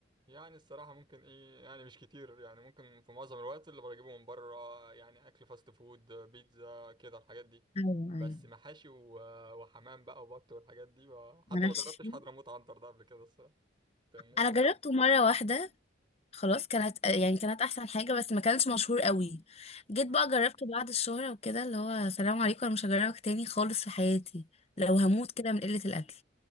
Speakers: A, on the right (about 25°); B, on the left (about 30°).
A: يعني الصراحة ممكن ايه يعني مش كتير يعني ممكن في معظم الوقت اللي بجيبه من بره يعني اكل فاست فود بيتزا كده الحاجات دي
B: ايوه ايوه
A: بس محاشي و- وحمام بقى وبط والحاجات دي بقى.
B: مالكش
A: حتى ما جربتش
B: فيه
A: حضرموت عنتر ده قبل كده الصراحة تمام نفسي
B: انا جربته مره واحده خلاص كانت يعني كانت احسن حاجه بس ما كانش مشهور قوي جيت
A: آه.
B: بقى جربته بعد الشهره وكده اللي هو سلام عليكم انا مش هجربك تاني خالص في حياتي لو هموت كده من قله الاكل